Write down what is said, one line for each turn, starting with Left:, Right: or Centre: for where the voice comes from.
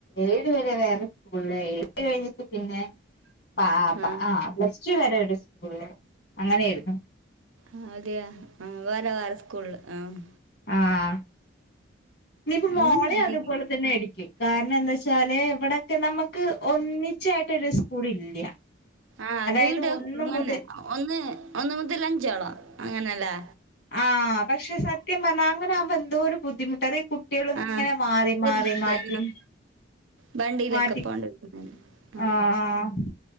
Left: ഏഴ് വരെ വേറെ സ്കൂളെ എഴ് കഴിഞ്ഞിട്ട് പിന്നെ ആഹ്
Right: ആ
Left: പ പ്ലസ് ടു വരെ ഒരു സ്കൂളില് അങ്ങനെയിരുന്നു
Right: ആഹ് അതെയ ആ വേറെ വേറെ സ്കൂളില് ആഹ്
Left: ആഹ് ഇനിയിപ്പ
Right: അങ്ങനെ
Left: മോളെ
Right: അധികം
Left: അതുപോലെ തന്നെ ആരിക്കും കാരണ എന്താ ച്ചാല് ഇവിടെ ക്കെ നമുക്ക് ഒന്നിച്ചായിട്ടൊരു സ്കൂൾ ഇല്ല
Right: ആഹ് അത്ട
Left: അതായത് ഒന്ന്
Right: അങ്ങനെ
Left: മുതൽ
Right: ഒന്ന് ഒന്ന് മുതൽ അഞ്ചോളോ അങ്ങനെല്ലേ
Left: ആഹ് പക്ഷെ സത്യം പറഞ്ഞാ അങ്ങനെ ആകുമ്പോ എന്തോരു ബുദ്ധിമുട്ട് അതേയ് കുട്ടി കുട്ടിള് ഇങ്ങനെ
Right: ആ
Left: മാറി
Right: ചെറുത്
Left: മാറി മാറ്റും
Right: ആ വണ്ടിയിലൊക്കെ
Left: മാറ്റി
Right: പോകേണ്ടി വരുന്നതല്ലേ ഉം.
Left: ആഹ ആഹ്